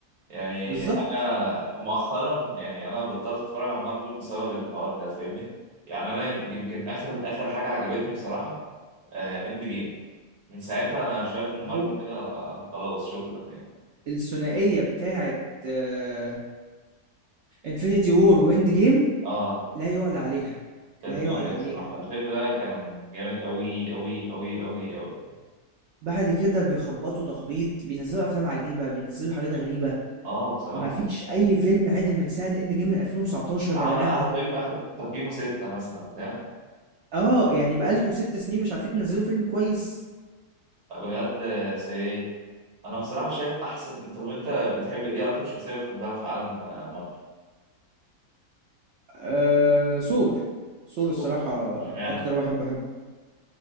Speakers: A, on the right; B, on the right.
A: يعني
B: بالضبط.
A: انا مؤخرا يعني انا بطلت اتفرج على مارفل بسبب الحوار ده فاهمني يعني انا يمكن اخر اخر حاجة عجبتني بصراحة اند جيم من ساعتها انا شايف ان
B: هو
A: مارفل كده آه، خلاص شكرا يعني
B: الثنائية بتاعة آآ Infinity War وEnd Game
A: اه
B: لا يُعلى عليها،
A: كانت
B: لا يُعلى
A: جامدة
B: عليها.
A: بصراحة الفيلم ده كان جامد قوي قوي قوي قوي قوي
B: بعد كده بيخبّطوا تخبيط، بينزّلوا أفلام عجيبة، بينزّلوا حاجات غريبة،
A: اه بصراحة
B: ما فيش أي فيلم عِدِل من ساعة End Game من 2019
A: اعلى
B: يا جماعة.
A: اعلى فيلم اخد تقييمه ستة مثلا فاهم
B: آه، يعني بقى لكم 6 سنين مش عارفين تنزّلوا فيلم كويس.
A: بجد آه، سيئين انا بصراحة شايف احسن انت طب انت بتحب ايه اكتر شخصية بتحبها في عالم آه، مارفل؟
B: آآ Thor، Thor
A: سكوت
B: الصراحة
A: اشمعنى
B: أكتر واحد باحبه.